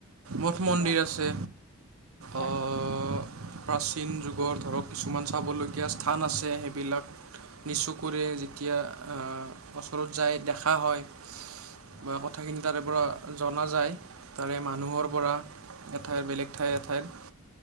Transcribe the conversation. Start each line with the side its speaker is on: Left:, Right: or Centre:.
Right: মঠ মন্দিৰ
Left: হয়
Right: আছে।
Left: হয়।
Right: অ' প্ৰাচীন যুগৰ ধৰক কিছুমান চাবলগীয়া স্থান আছে। সেইবিলাক
Left: হয়
Right: নিজচকুৰে
Left: হয়
Right: তিয়া ওচৰত যায় দেখা হয়,
Left: হয়
Right: বা কথাখিনি তাৰে পৰা জনা যায় তাৰে মানুহৰ পৰা এঠাইৰ বেলেগ ঠাইৰ এঠাইৰ